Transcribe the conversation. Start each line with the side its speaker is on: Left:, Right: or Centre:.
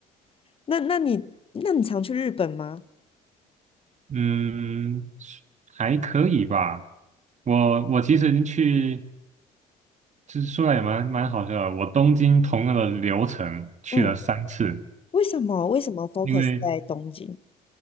Left: 那那你那你常去日本吗？
Right: 嗯，还可以吧。我我其实去，就是说来也蛮蛮好笑的。我东京同样的流程去了三次，
Left: 嗯，为什么为什么 focus
Right: 因为
Left: 在东京？